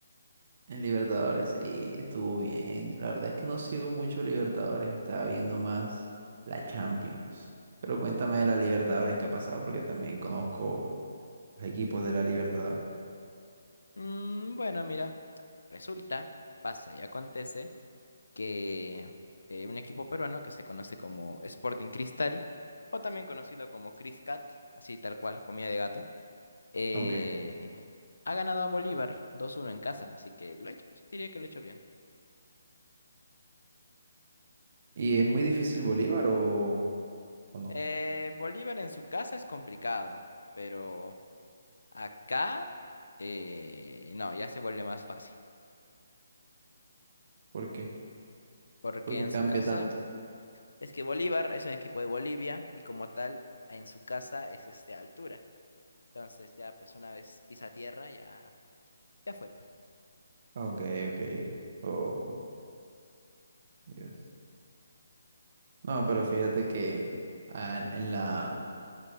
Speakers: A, on the right; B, on the left.
A: en Libertadores. Sí, estuvo bien. La verdad es que no sigo mucho Libertadores. Estaba viendo más la Champions. Pero cuéntame de la Libertadores que ha pasado porque también conozco los equipos de la Libertadores.
B: Mm, bueno, mira, resulta, pasa y acontece que eh, un equipo peruano que se conoce como Sporting Cristal, o también conocido como Cris Cat, así tal cual, comida de gato, eh,
A: Ok.
B: ha ganado a Bolívar 2-1 en casa, así que lo he hecho, diría que lo he hecho bien.
A: ¿Y es muy difícil Bolívar o, o no?
B: Eh, Bolívar en su casa es complicado, pero... Acá, eh, no, ya se vuelve más fácil,
A: ¿Por qué?
B: porque
A: Porque
B: en
A: cambia
B: su casa,
A: tanto.
B: es que Bolívar es un equipo de Bolivia y como tal, en su casa es este altura. Entonces ya, pues una vez pisa tierra, ya, ya fue. pues.
A: Ok, ok. Oh, Dios. No, pero fíjate que ah, en la